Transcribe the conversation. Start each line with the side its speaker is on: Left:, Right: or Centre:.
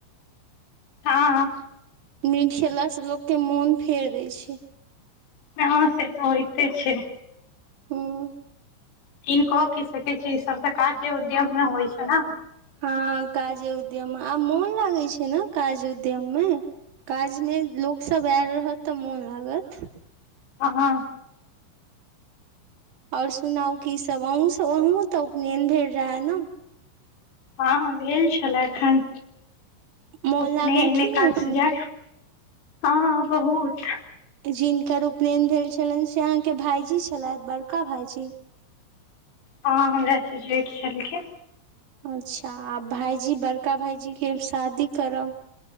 Left: हँ
Right: मिठ खेलासँ लोकके मोन फेर दैत छै
Left: हँ से तऽ होयइते छै
Right: हँ
Left: कनको की सकै छी ई सब तऽ काज जे उद्यममे होइ छै ने
Right: हँ काजे उद्यम आब मोन लागै छै ने काज उद्यम मे काजमे लोकसभ आयल रहत तऽ मोन लागत
Left: ह
Right: और सुनाउ की सब अहूँ सब अहूँ तऽ उपनयन भ रहै ने
Left: हँ भेल छल एखन
Right: मोन
Left: अपने
Right: लागल
Left: एने
Right: की नहि
Left: काज
Right: उपनयन
Left: सुजै हँ बहुत
Right: जिनकर उपनयन भेल छलनि से अहाँके भाईजी छलथि बड़का भाईजी
Left: हँ हमरासँ जेठ छलखिन
Right: अच्छा आ भायजी बड़का भायजी के शादी करब